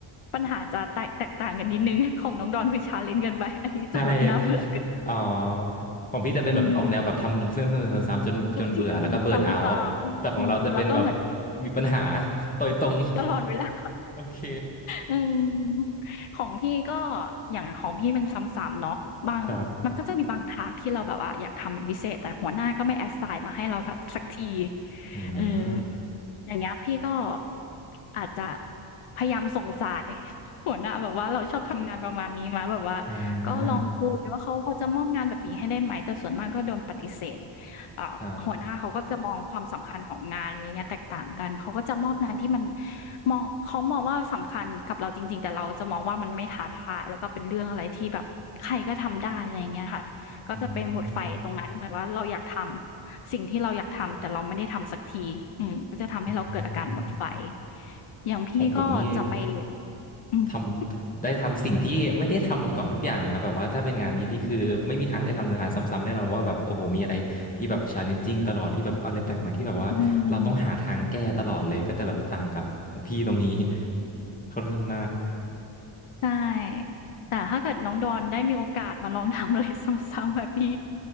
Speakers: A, on the left; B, on the left.
A: ปัญหาจะแตกแตกต่างกันนิดนึง <laughs> ของน้องดอนคือชาเล l e n เกินไป <laughs> อันนี้จะแบบน่าเบื่อเกิน
B: ใช่ <laughs> อ๋อของพี่จะเป็นแบบออกแนวแบบทำเรื่องซ้ำๆจนจนเบื่อแล้วก็เบิร์นเอาท์แต่ของเราจะเป็นแบบ
A: อืมรูที o u t i ซ้ำๆแล้วก็เหมือน
B: มีปัญหาโดยตรง
A: ตลอดเวลา
B: <laughs> โอเค
A: อืมของพี่ก็อย่างของพี่มันซ้ำๆเนาะบางมันก็จะมีบางทาสก์ที่เราแบบว่าอยากทำเป็นพิเศษแต่หัวหน้าก็ไม่แอ
B: ครับ
A: s s สายมาให้เราทักสักที
B: อื
A: เออ
B: ม
A: อย่างเงี้ยพี่ก็อาจจะพยายามส่งสาย <laughs> หัวหน้าแบบว่าเราชอบทำงานประมาณนี้มาแบบว่า
B: อ่า
A: ก็ลองคุยว่าเขาพอจะมอบงานแบบนี้ให้ได้ไหมแต่ส่วนมากก็โดนปฏิเสธ เอ่าหัวหน้าเขาก็จะมองความสำคัญของงานอะไรเงี้ยแตกต่างกันเขาก็จะมอบงานที่มัน
B: ครับ
A: มองเขามองว่าสำคัญกับเราจริงๆ แต่เราจะมองว่ามันไม่ท้าทายแล้วก็เป็นเรื่องอะไรที่แบบใครก็ทำได้อะไรเงี้ยค่ะก็จะไปหมดไฟตรงนั้นเหมือนว่าเราอยากทำสิ่งที่เราอยากทำแต่เราไม่ได้ทำสักทีอืมก็จะทำให้เราเกิดอาการหมดไฟ
B: อืม อืม
A: อย่างพี่ก็จะไป
B: ของผมนี่
A: อืม
B: ทำได้ทำสิ่งที่ไม่ได้ทำมาก่อนทุกอย่างเลยครับแบบว่าถ้าเป็นงานนี้ที่คือไม่มีทางได้ทำงานซ้ำๆแน่นอนว่าแบบโอ้โหมีอะไรที่แบบ challenging ตลอดที่แบบอะไรแปลกใหม่ที่แบบว่าเราต้องหาทางแก้ตลอดเลยก็จะแบบต่างกับของพี่ตรงนี้
A: อืม
B: ค่อนข้างมาก
A: ใช่ แต่ถ้าเกิดน้องดอนได้มีโอกาสมาลองทำอะไร <laughs> ซ้ำๆแบบพี่